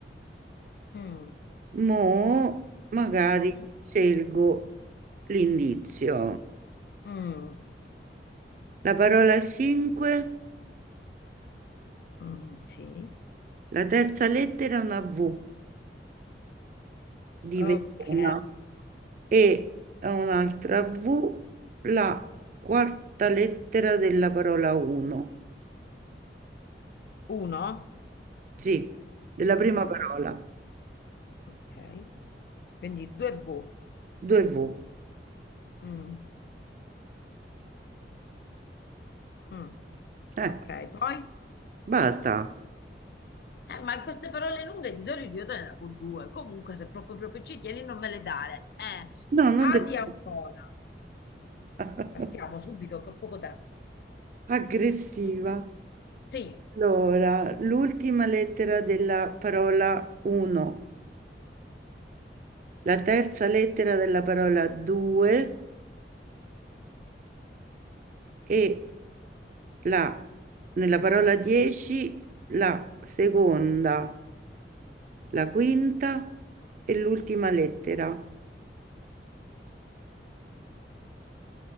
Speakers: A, on the left; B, on the right.
A: Mm,
B: Mo' magari
A: mm,
B: scelgo l'indizio.
A: mm,
B: La parola 5,
A: mm, sì.
B: la terza lettera è una V di
A: Ok.
B: Verona e un'altra V, la quarta lettera della parola 1.
A: Uno.
B: Sì, della prima
A: Boh.
B: parola.
A: Ok, quindi 2V.
B: Due V.
A: Mm, mm.
B: Eh,
A: Ok, poi?
B: basta.
A: Eh, ma queste parole lunghe di solito io te ne davo due. Comunque, se proprio proprio ci tieni, non me le dare. Eh,
B: No, non
A: A
B: devo.
A: di Ancona.
B: <laughs>
A: Partiamo subito che ho poco tempo.
B: Aggressiva.
A: sì.
B: Allora, l'ultima lettera della parola 1, la terza lettera della parola 2 e la, nella parola 10 la seconda, la quinta e l'ultima lettera.